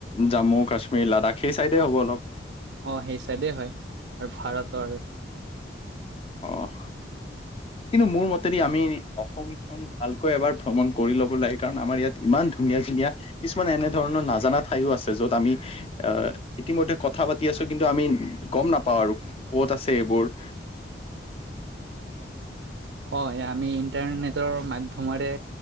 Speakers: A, on the left; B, on the right.
A: জাম্মু, কাশ্মীৰ, লাডাখ সেই চাইডেই হ'ব অলপ?
B: অ' সেই চাইডেই হয় <unintelligible> ভাৰতৰ।
A: অ', কিন্তু মোৰ মতেদি আমি অসম চ ভালকৈ এবাৰ ভ্ৰমণ কৰি ল'ব লাগে, কাৰণ আমাৰ ইয়াত ইমান ধুনীয়া, ধুনীয়া কিছুমান এনে ধৰণৰ নাজানা ঠাইওঁ আছে য'ত আমি <unintelligible> ইতিমধ্যে কথা পাতি আছো কিন্তু আমি গম নাপাওঁ আৰু ক'ত আছে এইবোৰ।
B: হয়, আমি ইণ্টাৰনেটৰ মাধ্যমেৰে